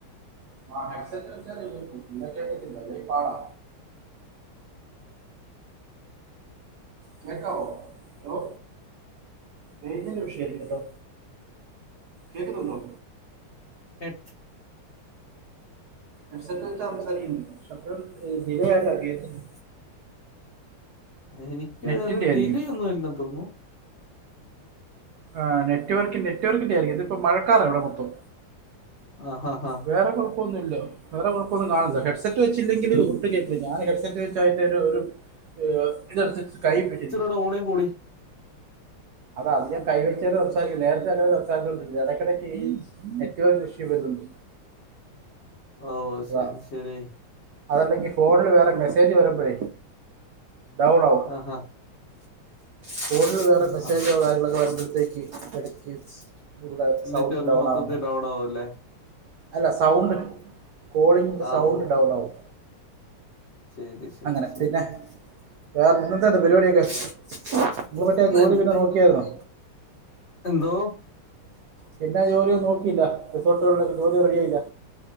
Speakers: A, on the right; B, on the left.
A: ആഹ്, ഹെഡ് സെറ്റ് വെച്ചാൽ- കേക്കാൻ പാടാ. കേക്കാവോ? ഹോ.., റെയിഞ്ചിന്റെ വിഷയ കേട്ടോ? കേക്കുന്നുണ്ടോ?
B: <unintelligible>
A: എഡ്സെറ്റ് വെച്ച്- സംസാരിക്കണ്ട് പക്ഷെ- അപ്പോഴും ഡിലേ ആയിട്ടാ കേക്കുന്നേ.
B: എനിക്ക്
A: നെറ്റിന്റെ
B: വേറെ
A: ആയിരിക്കും
B: ഡിലേ ഒന്നുംല്ല- തോന്നുന്നു.
A: ആഹ്..., നെറ്റ് വർക്കിന്റെ നെറ്റ്- വർക്കിന്റെ ആയിരിക്കും. ആഹാ, ഇതിപ്പം മഴക്കാറാഇവിടെ മൊത്തം.
B: ആഹ്, ആഹ്,
A: വേറെ കുഴപ്പമൊന്നുമില്ല. വേറെ കുഴപ്പൊന്നും കാണുന്നില്ല. ഹെഡ്സെറ്റ് വെച്ചില്ലെങ്കില് ഒട്ടും- കേൾക്കില്ല. ഞാൻ ഹെഡ്സെറ്റ് വെച്ച് ഒരു ഒരു- <unintelligible>
B: ഇപ്പോൾ ഓളിയം കൂടി.
A: അതാ, അത് ഞാൻ കൈവെച്ച- സംസാരിക്കുന്നു. നേരത്തെ- അങ്ങനെ സംസാച്ചുകൊണ്ടരിക്ക- ഇടക്കിടക്ക്- നെറ്റ്‌വർക്ക് ഇഷ്യു വരുന്നുണ്ട്.
B: ഓഹ്..., ശരി,
A: അതാ
B: ശരി,
A: അതല്ലെങ്കിൽ ഫോണിൽ വേറെ- മെസ്സേജ് വരുമ്പഴേ ഡൗൺ -ആകും.
B: ആഹാ..,
A: ഫോണിൽ വേറെ
B: ആഹാ
A: മെസ്സേജോ- കാര്യങ്ങളൊക്കെ- വരുമ്പോഴത്തേക്ക് എടക്ക്- കടെ സൗണ്ട്ഡൗൺ
B: നെറ്റ്വർക്ക് മൊത്തത്തിൽ
A: ആവുന്ന,
B: ഡൗൺ ആവൂല്ലേ
A: അല്ല സൗണ്ട്- കോളിംഗ്
B: ആ
A: സൗണ്ട്
B: ഓ
A: ഡൗൺ ആവും.
B: ശരി ശരി
A: അങ്ങനെ
B: ശരി
A: പിന്നെ വേറെന്ന- എന്താന്തോ പരിപാടിയൊക്കെ? നിങ്ങൾ
B: ഇന്ന്
A: മറ്റേ ജോലി
B: എന്നാ-
A: പിന്നെ നോക്കിയായിരു ന്നോ
B: എന്തോ
A: പിന്നെ ജോലിയൊന്നും നോക്കിയില്ല റിസോർട്ടുകളിലൊക്കെ ജോലി റെഡി ആയില്ല